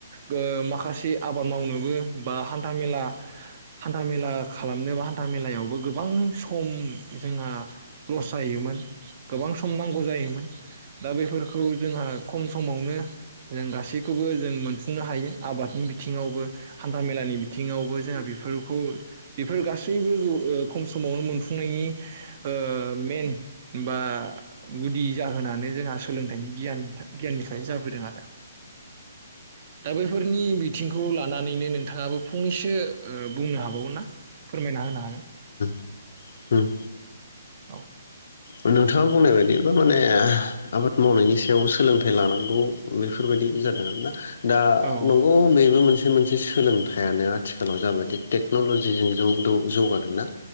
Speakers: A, on the right; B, on the left.
A: ओ माखासे आबाद मावनोबो बा हान्था मेला हान्था मेला खालामनो बा हान्था मेलायावबो गोबां सम जोंहा लस जायोमोन। गोबां सम नांगौ जायोमोन दा बेफोरखौ जोंहा खम समावनो जों गासैखौबो जों मोनफुंनो हायो आबादनि बिथिङावबो हान्था मेलानि बिथिङावबो जोंहा बेफोरखौ बेफोर गासैबो ओ खम समावनो मोनफुंनायनि ओ मेन बा गुदि जाहोनानो जोंहा सोलोंथाइनि गियान गियाननिफ्रायनो जाबोदों आरो। दा बैफोरनि बिथिंखौ लानानैनो नोंथाङाबो फंनैसो ओ बुंनो हाबावगोन ना फोरमायना होनो हागोन।
B: उम उम उम
A: औ
B: नोंथाङा बुंनाय बायदि माने आबाद मावनायनि सायावबो सोलोंथाइ लानांगौ बेफोरबायदि जादों आरो ना दा
A: औ
B: नंगौ बेबो मोनसे बियो मोनसे सोलोंथाइयानो आथिखालाव जाबायदि टेक्नलजिजों जग जौगादों ना।